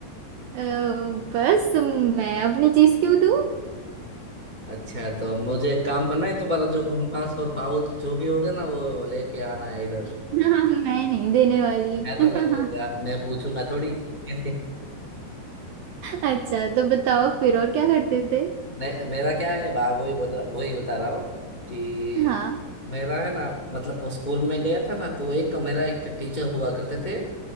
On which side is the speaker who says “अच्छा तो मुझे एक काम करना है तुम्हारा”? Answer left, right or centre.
Left